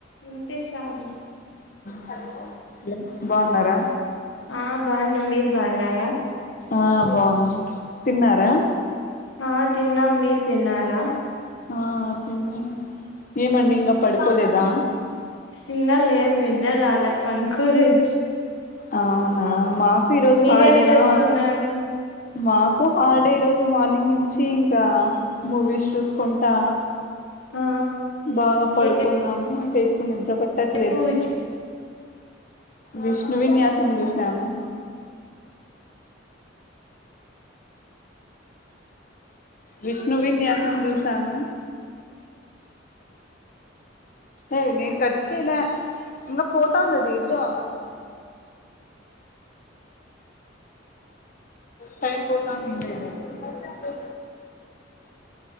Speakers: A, on the left (about 85°); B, on the left (about 45°).
A: వినిపిస్తాంది
B: హలో బాగున్నారా
A: ఆ బాగున్నం మీరు బాగున్నారా
B: ఆ బాగున్నా తిన్నారా
A: ఆ తిన్నాం మీరు తిన్నారా
B: ఆ తిన్నాం ఏమండి ఇంగా పడుకోలేదా
A: ఇంగా లేదు నిద్ర రాలే పండుకోలేదు
B: అవునా మాకు ఈరోజు
A: మీరేం
B: హాలిడేనా
A: చేస్తున్నారు
B: మాకు కు హాలిడే ఈ రోజు మార్నింగ్ నుంచి ఇంకా మూవీస్ చూసుకుంటా
A: ఆ
B: బాగా పడుకున్నాము
A: ఏ
B: ఇంకా ఇప్పుడు నిద్ర పట్టట్లేదు
A: మూవీ
B: విష్ణువిన్యాసం జూసాము విష్ణువిన్యాసం జూసము ఏ నేను కట్చల ఇంగా పోతాందది ఇదో టైం పోతంది బ